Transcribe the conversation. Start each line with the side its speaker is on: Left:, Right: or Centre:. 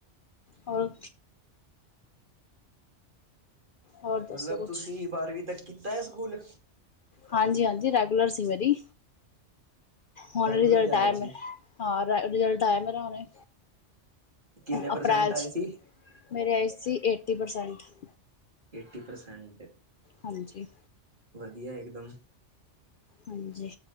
Left: ਹੋਰ ਹੋਰ ਦੱਸੋ
Right: ਮਤਲਬ
Left: ਕੁਛ
Right: ਤੁਸੀਂ ਬਾਰਵੀਂ ਤੱਕ ਕੀਤੈ ਸਕੂਲ?
Left: ਹਾਂਜੀ ਹਾਂਜੀ ਰੈਗੂਲਰ ਸੀ ਮੇਰੀ ਹੁਣ
Right: ਰੈਗੂਲਰ
Left: ਰਿਜਲਟ
Right: ਜਾ
Left: ਆਇਆ
Right: ਰਹੇ
Left: ਮੇਰਾ।
Right: ਸੀ।
Left: ਹਾਂ ਰੈ ਰਿਜਲਟ ਆਇਆ ਮੇਰਾ ਹੁਣੇ
Right: ਕਿੰਨੇ
Left: ਅਪ੍ਰੈਲ
Right: ਪ੍ਰਸੈਂਟ
Left: ਚ।
Right: ਆਏ ਸੀ?
Left: ਮੇਰੇ ਆਏ ਸੀ ਏਟੀ ਪਰਸੈਂਟ।
Right: Eighty percent.
Left: ਹਾਂਜੀ
Right: ਵਧੀਆ ਏਕਦਮ।
Left: ਹਾਂਜੀ।